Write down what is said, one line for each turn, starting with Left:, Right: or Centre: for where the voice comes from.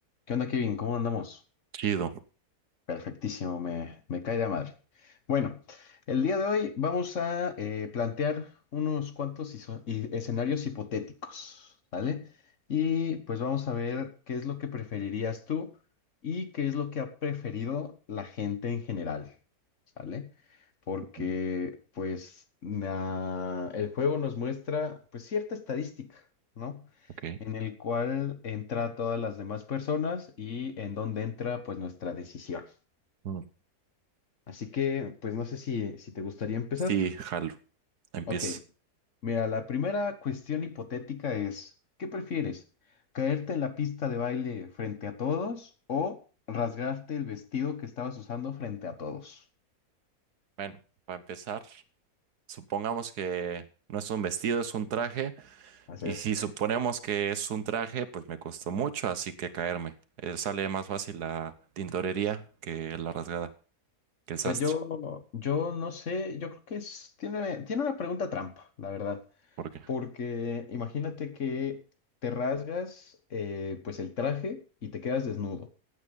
Left: ¿Qué onda, Kevin? ¿Cómo andamos?
Right: Chido.
Left: Perfectísimo, me, me cae de la madre. Bueno, el día de hoy vamos a eh, plantear unos cuantos iso- i- escenarios hipotéticos, ¿vale? Y pues vamos a ver qué es lo que preferirías tú y qué es lo que ha preferido la gente en general, ¿sale? Porque
Right: Mm,
Left: pues na- el juego nos muestra pues cierta estadística, ¿no?
Right: Ok.
Left: en el cual entra todas las demás personas y en donde entra pues nuestra decisión.
Right: Mm.
Left: Así que pues no sé si, si te gustaría empezar.
Right: Sí, jalo. Empiezo.
Left: Ok, mira, la primera cuestión hipotética es, ¿qué prefieres? ¿Caerte en la pista de baile frente a todos o rasgarte el vestido que estabas usando frente a todos?
Right: Bueno, para empezar, supongamos que no es un vestido, es un traje.
Left: Así
Right: Y
Left: es.
Right: si suponemos que es un traje, pues me costó mucho, así que caerme. Eh, sale más fácil la tintorería que la rasgada, que el sastre.
Left: Pues yo, yo no sé, yo creo que es, tiene, tiene una pregunta trampa, la verdad.
Right: ¿Por qué?
Left: Porque imagínate que te rasgas eh, pues el traje y te quedas desnudo